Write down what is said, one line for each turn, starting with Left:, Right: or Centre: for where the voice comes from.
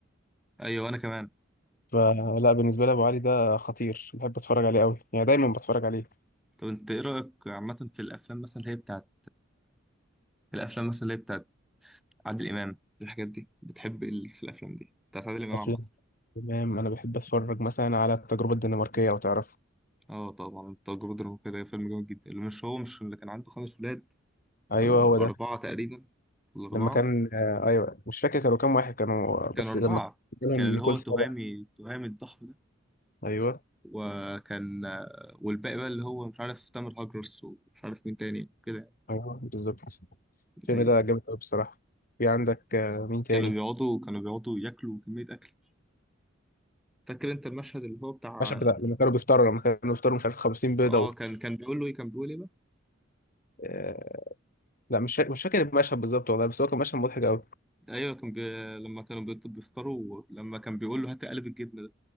Centre: ايوه انا كمان
Left: فلا بالنسبه لي ابو علي ده خطير بحب اتفرج عليه قوي يعني دايما بتفرج عليه
Centre: طب انت ايه رايك عامه في الافلام مثلا اللي هي بتاعت الافلام مثلا اللي هي بتاعت عادل امام الحاجات دي بتحب ايه اللي في الافلام دي بتاعت عادل امام
Left: افلام
Centre: عامه
Left: تمام انا بحب اتفرج مثلا على التجربه الدنماركيه لو تعرفه
Centre: اه طبعا التجربه الدراميه كده فيلم جامد جدا اللي مش هو مش اللي كان عنده خمس ولاد
Left: ايوه
Centre: ولا
Left: هو
Centre: اربعه
Left: ده
Centre: تقريبا ولا اربعه
Left: لما كان آه، ايوه مش فاكر كانوا كام واحد كانوا بس
Centre: كان اربعه
Left: لما كانوا
Centre: كان
Left: نيكول
Centre: اللي هو
Left: سابا
Centre: تهامي تهامي الضخم ده
Left: ايوه
Centre: وكان والباقي بقى اللي هو مش عارف تامر هجرس ومش عارف مين تاني كده
Left: ايوه بالظبط الفيلم
Centre: أيوة.
Left: ده جامد قوي بصراحه في عندك آه، مين تاني
Centre: كانوا بيقعدوا كانوا بيقعدوا ياكلوا كمية أكل فاكر أنت المشهد اللي هو بتاع
Left: المشهد بتاع لما كانوا بيفطروا لما كانوا بيفطروا مش عارف 50 بيضه
Centre: اه
Left: و...
Centre: كان كان بيقول له ايه كان بيقول ايه بقى
Left: آه... لا مش فاكر مش فاكر المشهد بالظبط والله بس هو كان مشهد مضحك قوي
Centre: ايوه كان بي... لما كانوا بيط- بيفطروا لما كان بيقول له هات قلب الجبنه ده